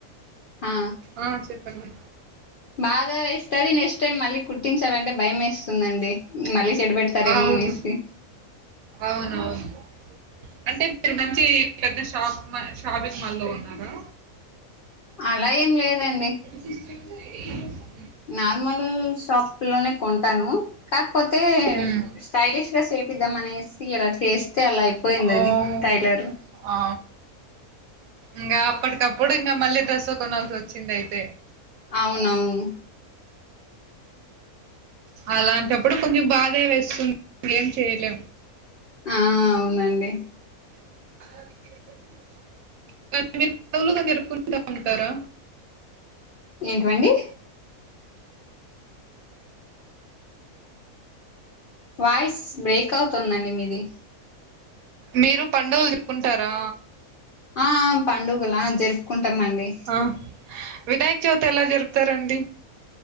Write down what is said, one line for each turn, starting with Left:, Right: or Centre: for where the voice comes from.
Left: ఆ
Right: ఆ చెప్పండి
Left: బాధ వేస్తుంది నెక్స్ట్ టైమ్ మళ్ళీ కుట్టించాలంటే భయం వేస్తుందిండి మళ్ళీ చెడ పెడుతు తరేమో
Right: అవును.
Left: అనేసి
Right: అవునవును అంటే మీరు మంచి పెద్ద షాప్ షాపింగ్ మాల్లో ఉన్నారా
Left: అలా ఏం లేదండి
Right: సిస్టమ్స్ ఏ ఇమ్సో
Left: నార్మల్ షాప్ లోనే కొంటాను కాకపోతే
Right: హ్మ్.
Left: స్టైలిష్ గా సేపిద్దాం అనేసి ఇలా చేస్తే అలా అయిపోయింది
Right: ఓహ్!
Left: అది టైలరు
Right: ఆ ఇంకా అప్పటికప్పుడు ఇంకా మళ్ళీ డ్రెస్ కొనాల్సి వచ్చింది అయితే
Left: అవునవును
Right: అలాంటప్పుడు కొంచెం బాధే వేస్తుంది ఏం చేయలేం
Left: ఆ అవునండి
Right: అ కానీ మీరు పలుగా నేరుపుకుంటా ఉంటారా
Left: ఏంటివండి వాయిస్ బ్రేక్ అవుతుందండి మీది
Right: మీరు పండుగలు జరుపుకుంటారా
Left: ఆ పండుగలా జరుపుకుంటామండి
Right: ఆ వినాయక్ చవితి ఎలా జరుపుతారండి